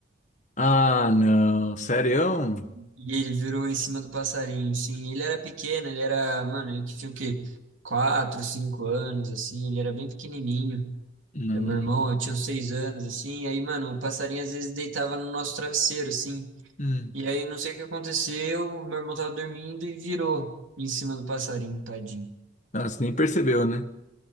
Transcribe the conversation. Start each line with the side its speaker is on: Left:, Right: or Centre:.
Left: Ah, não, sério?
Right: e ele virou em cima do passarinho. Sim, ele era pequeno, ele era, mano, ele tinha o quê? Quatro, cinco anos, assim, ele era bem pequenininho.
Left: Não.
Right: É meu irmão, eu tinha uns seis anos, assim, e aí, mano, o passarinho às vezes deitava no nosso travesseiro, assim.
Left: Hum.
Right: E aí, não sei o que aconteceu, meu irmão tava dormindo e virou em cima do passarinho, tadinho.
Left: Nossa, nem percebeu, né?